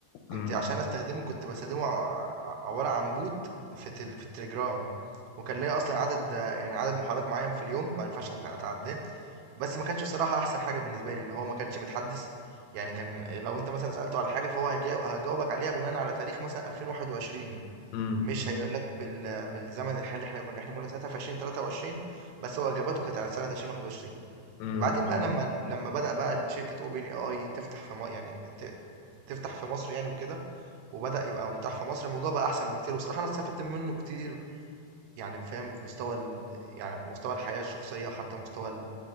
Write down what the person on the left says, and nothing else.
مم.
مم.
مم.